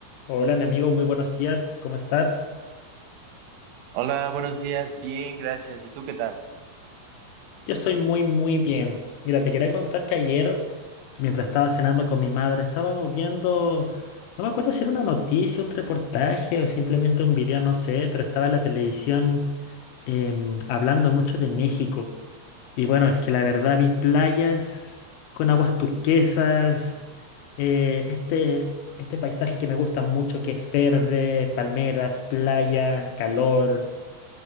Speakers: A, on the left; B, on the right.
A: Hola, mi amigo, muy buenos días, ¿cómo estás?
B: Hola, buenos días. Bien, gracias. ¿Y tú qué tal?
A: Yo estoy muy, muy bien. Mira, te quería contar que ayer, mientras estaba cenando con mi madre, estábamos viendo, no me acuerdo si era una noticia, un reportaje o simplemente un video, no sé, pero estaba en la televisión em, hablando mucho de México. Y bueno, es que la verdad vi playas con aguas turquesas, eh, este, este paisaje que me gusta mucho, que es verde, palmeras, playa, calor.